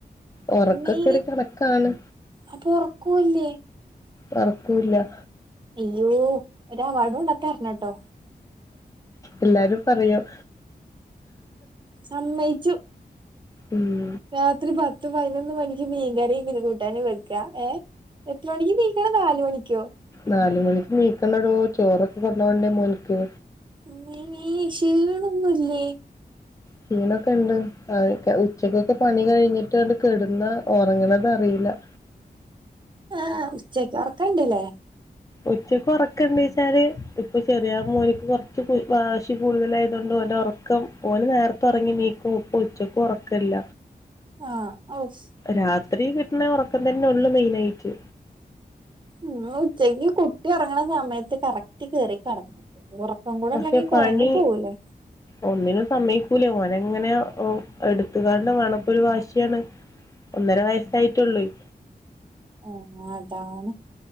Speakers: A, on the left (about 20°); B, on the right (about 30°).
A: ഒറക്കൊക്കൊരു
B: നീ
A: കണക്കാണ്
B: അപ്പൊ ഉറക്കൂല്ലേ
A: ഒറക്കൂല്ല
B: അയ്യോ.. ഒരവാർഡ് കൊണ്ട തരണട്ടോ
A: എല്ലാരും പറയും
B: സമ്മയ്ച്ചു
A: ഉം
B: രാത്രി പത്ത് പയ്നൊന്ന് മണിക്ക് മീൻകറീം ഇങ്ങനെ കൂട്ടാനും വെക്ക. ഏഹ് എത്ര മണിക്ക് നീക്കണം? നാല് മണിക്കോ?
A: നാലുമണിക്ക് ണീക്കണൊടോ ചോറൊക്കെ കൊണ്ടോവണ്ടേ മോൻക്ക്
B: അമ്മേ ക്ഷീണൊന്നുല്ലേ
A: ക്ഷീണൊക്കെണ്ട്. ഞാന് ക്ക ഉച്ചക്കൊക്കെ പണി കഴിഞ്ഞിട്ടണ്ട് കെടുന്നാ ഒറങ്ങണതറീല
B: ആഹ് ഉച്ചക്കൊറക്കണ്ട് ലെ
A: ഉച്ചക്ക് ഒറക്ക്ണ്ട്ച്ചാല് ഇപ്പൊ ചെറിയ മോന്ക്ക് കൊർച്ച് കുയ് വാശി കൂടുതലായതോണ്ട് ഓന്റെ ഒറ ക്കം ഓന് നേർത്തെ ഒറങ്ങി നീക്കും. പ്പോ ഉച്ചക്കും ഒറക്കല്ല
B: ആഹ് ഔഫ്
A: രാത്രി കിട്ടണേ ഒറക്കം തന്നൊള്ളൂ മെയിനായിറ്റ്
B: ഉം ഉച്ചക്ക് കുട്ടി ഒറങ്ങണ സമയത്ത് കറക്റ്റ് കേറി കെട <unintelligible> ഒറ ക്കം കൂടെല്ലെങ്കി
A: പക്ഷെ പണി
B: കൊഴങ്ങിപ്പോവൂലെ
A: ഒന്നിനും സമ്മയ്ക്കൂലേ.. ഓനങ്ങനെ ഓ എടുത്തുകാണ്ട് വേണം പ്പൊരു വാശിയാണ് ഒന്നര വയസ്സായിട്ടൊള്ളോയ്
B: ഓ അതാണ്